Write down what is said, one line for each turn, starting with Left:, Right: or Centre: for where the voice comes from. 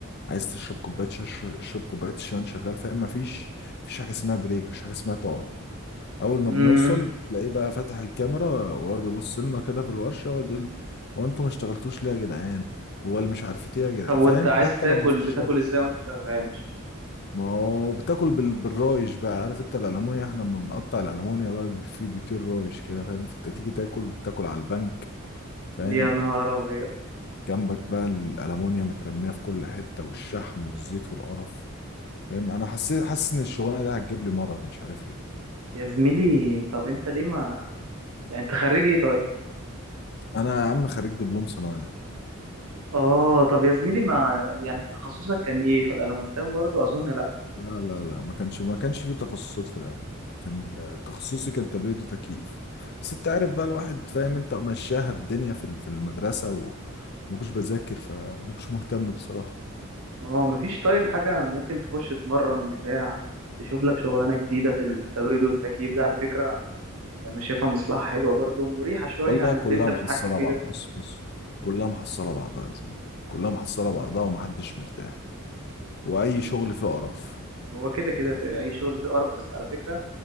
Left: عايز تشرب كوباية شاي اشر- اشرب كوباية الشاي وانت شغال فاهم مفيش مفيش حاجة اسمها بريك مفيش حاجة اسمها تقعد اول ما
Right: امم
Left: بنوصل تلاقيه بقى فاتح الكاميرا ويقعد يبص لنا كده في الورشة ويقعد يقول هو انتوا ما اشتغلتوش ليه يا جدعان هو اللي مش عارف ايه يا جدعان
Right: طب وانت
Left: فاهم
Right: عايز
Left: حتى
Right: تاكل
Left: لو مفيش
Right: بتاكل
Left: شغل
Right: ازاي وانت شغال مش فاهم
Left: ما هو بتاكل بال... بالرايش بقى عارف انت الالمونيا احنا لما بنقطع الالمونيا بقى بي- في بيطير رايش كده فاهم انت تيجي تاكل بتاكل على البنك فاهم
Right: يا نهار ابيض
Left: جنبك بقى الالمونيا مترميه في كل حته والشحم والزيت والقرف فاهم انا حسيت حاسس ان الشغلانه دي هتجيب لي مرض مش عارف ليه
Right: يا زميلي طب انت ليه ما يعني انت خريج ايه طيب
Left: انا يا عم خريج دبلوم صنايع
Right: اه طب يا زميلي ما يعني في تخصصك كان ايه في الالمونتان برضو اظن لا
Left: لا لا لا ما كانش ما كانش في تخصصات في الاول كان تخصصي كان تبريد وتكييف بس انت عارف بقى الواحد فاهم انت مشاها الدنيا في ال- في المدرسه وما كنتش بذاكر فما كنتش مهتم بصراحه
Right: ما هو مفيش طيب حاجة ممكن تخش تتمرن بتاع تشوف لك شغلانة جديدة في التبريد والتكييف ده على فكرة انا شايفها مصلحة حلوة برضو مريحة شوية
Left: والله
Right: عن
Left: كلها
Right: اللي انت بتحكي
Left: محصله
Right: فيه
Left: بعض
Right: ده
Left: بص بص كلها محصله بعضها يا زميلي كلها محصله بعضها ومحدش مرتاح واي شغل فيه قرف
Right: هو كده كده في اي شغل فيه قرف بس على فكرة